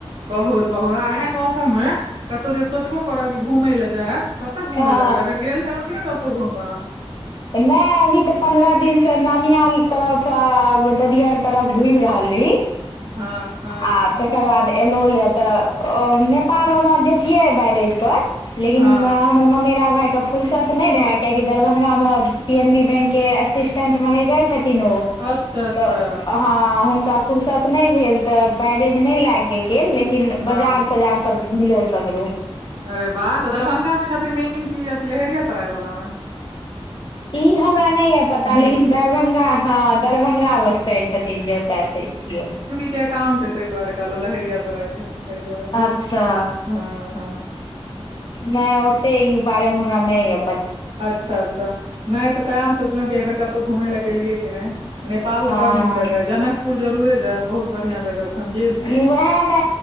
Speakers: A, on the right; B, on the left.
A: बहुत बहुत आ एहन मौसममे कतहु जे सोचबो करब कि घूमय लए जाय कतऽ घुमय
B: हँ
A: लए जा बेर गेल छलहुँ कि नहि कतऽ घुमबऽ
B: नहि अभी तऽ पन्द्रह दिनसँ ननीयर तरफ ददियर तरफ घुमि रहल रही
A: हँ हँ
B: आ तकर बाद एलहुँ यऽ तऽ नेपाल ओना जतियै बैरेज पर लेकिन
A: हँ
B: हमरा म भााय के फुर्सत नहि रहे कियाकि दरभंगा मे पी एन बी बैंक के असिस्टेंट मैनेजर छथिन ओ
A: अच्छा अच्छा
B: तऽ हा हुनका फुर्सत नहि भेल तऽ बैरेज नहि लाग गेल गेल लेकिन
A: हँ
B: बजार तजार सब घुमलो सगरो
A: अरे वाह तऽ दरभंगा मे छथिन मै की अथी लहेरिया सराय वालला मे
B: ई हमरा नहि य पता
A: नहि
B: लेकिन
A: बुझल
B: दरभङ्गा हँ दरभङ्गा
A: हँ
B: बस कहै छथिन जे ओतय छियौ
A: एकाउंटे तै दुआरे कहलौं लहेरियासराय के तै दुआरे दूध।
B: अच्छा
A: हँ हँ
B: नहि ओते ई बारे मे हमरा नहि अ
A: अच्छा अच्छा नहि तऽ सएह हम सोचलहुं कि बेेर कतहु घूमय लए गेलियै कि नहि नेपाल
B: हँ
A: तऽ बड नीक जगह है जनक पुर जरूरे जाय बहुत बढ़ियां जगह छै हम गेल छी
B: उएह ने